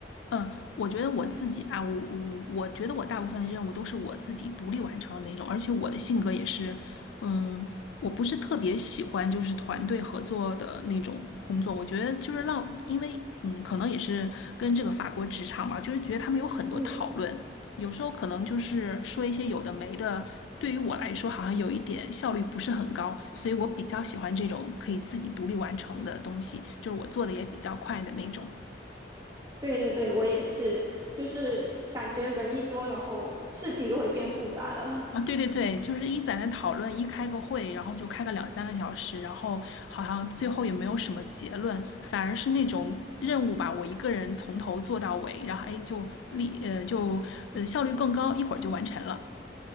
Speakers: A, on the left; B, on the right.
A: 嗯，我觉得我自己吧，我我我觉得我大部分的任务都是我自己独立完成的那种，而且我的性格也是，嗯，我不是特别喜欢就是团队合作的那种工作，我觉得就是让，因为嗯，可能也是跟这个法国职场吧，就是觉得他们有很多讨论，
B: 嗯，
A: 有时候可能就是说一些有的没的，对于我来说好像有一点效率不是很高，所以我比较喜欢这种可以自己独立完成的东西，就是我做的也比较快的那种。
B: 对对对，我也是，就是感觉人一多，然后事情就会变复杂了。
A: 啊，对对对，就是一在那讨论，一开个会，然后就开个两三个小时，然后好像最后也没有什么结论，反而是那种任务吧，我一个人从头做到尾，然后哎，就力呃就呃效率更高，一会儿就完成了。